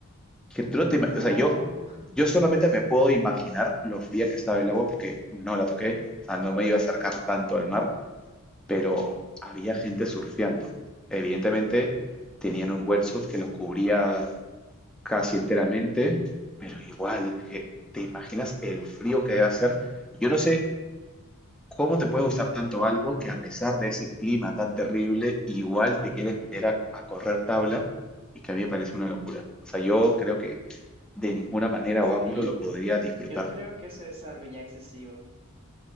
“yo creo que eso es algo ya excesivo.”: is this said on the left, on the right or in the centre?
Right